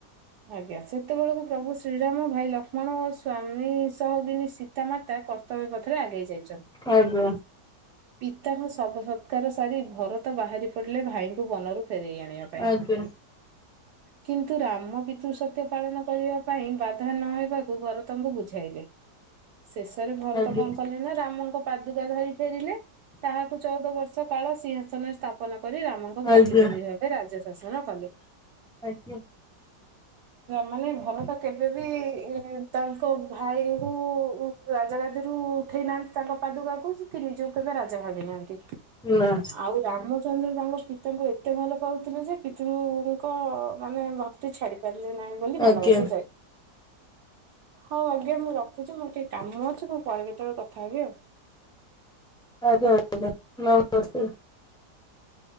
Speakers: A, on the right (about 70°); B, in the centre.
A: ଆଜ୍ଞା। ସେତେବେଳକୁ ପ୍ରଭୁ ଶ୍ରୀରାମ ଭାଇ ଲକ୍ଷ୍ମଣ ଓ ସ୍ଵାମୀ ସହଗିନୀ ସୀତାମା ତା କର୍ତ୍ତବ୍ୟ ପଥରେ ଆଗେଇ ଯାଇଛନ୍ତି।
B: ଆଜ୍ଞା।
A: ପିତାର ସବ ସତ୍କାର ସାରି ଭରତ ବାହାରି ପଡିଲେ ଭାଇଙ୍କୁ ବନରୁ ଫେରେଇ ଆଣିବା ପାଇଁ।
B: ଆଜ୍ଞା
A: କିନ୍ତୁ ରାମ ପିତୃ ସତ୍ୟ ପାଳନ କରିବା ପାଇଁ ବାଧା ନହବାକୁ ଭରତ ଙ୍କୁ ବୁଝାଇଲେ। ଶେଷରେ ଭରତ
B: ଆଜ୍ଞା
A: କଣ କଲେ ନା ରାମଙ୍କ ପାଦୁକା ଧରି ଫେରିଲେ। ତାହାକୁ ଚଉଦ ବର୍ଷ କାଳ ସିଂହାସନରେ ସ୍ଥାପନ କରି ରାମ ଙ୍କ ପ୍ରତିନିଧି
B: ଆଜ୍ଞା
A: ଭାବେ ରାଜ୍ୟ ଶାସନ କଲେ।
B: ଆଜ୍ଞା
A: ମାନେ ଭରତ କେବେବି ତାଙ୍କ ଭାଇଙ୍କୁ ରାଜା ଗାଦିରୁ ଉଠେଇ ନାହାନ୍ତି ତାଙ୍କ ପାଦୁକାକୁ କି ନିଜ କୁ କେବେ ରା ଜା ଭାବିନାହାନ୍ତି
B: ନା
A: ଆଉ ରାମ ରାମଚନ୍ଦ୍ର ତାଙ୍କ ପିତାଙ୍କୁ ଏତେ ଭଲ ପାଉଥିଲା ଯେ ପିତୃ ଙ୍କ ମାନେ ଭକ୍ତି ଛାଡି ପାରିଲେ ନାହିଁ ବୋଲି ବନ
B: ଆଜ୍ଞା
A: ବାସ ଯାଇ ହଉ ଆଜ୍ଞା ମୁଁ ରଖୁଚି ମୋର ଟିକେ କାମ ଅଛି ମୁଁ ପରେ କେତେବେଳେ କଥା ହେବି ଆଉ।
B: ଆଞା। ଆଞା। ନମସ୍କାର।